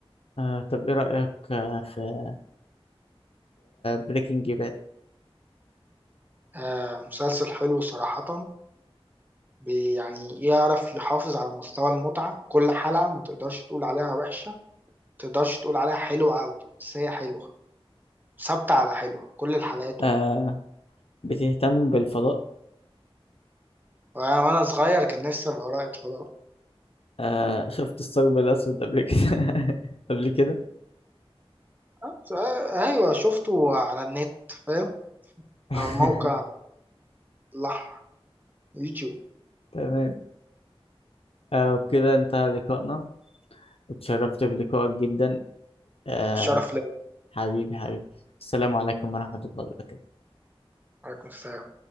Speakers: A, on the left (about 70°); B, on the right (about 20°).
A: آه طب ايه رأيك آه، في بريكنج باد
B: آه مسلسل حلو صراحة بي- يعني يعرف يحافظ على مستوى المتعة كل حلقة ما تقدرش تقول عليها وحشة تقدرش تقول عليها حلوة قوي بس هي حلوة ثابتة على حلوة كل الحلقات
A: آه
B: وكده
A: بتهتم بالفضاء
B: وأنا وأنا صغير كان نفسي أبقى رائد فضاء
A: آه شفت الثقب الأسود قبل كده <laughs> قبل كده
B: بس، آه، أيوة شفته على النت فاهم
A: <laughs>
B: على الموقع الأحمر يوتيوب
A: تمام آه وبكده انتهى لقائنا وتشرفت بلقائك جدا آه
B: الشرف ليا
A: حبيبي حبيبي السلام عليكم ورحمة الله وبركاته
B: عليكم السلام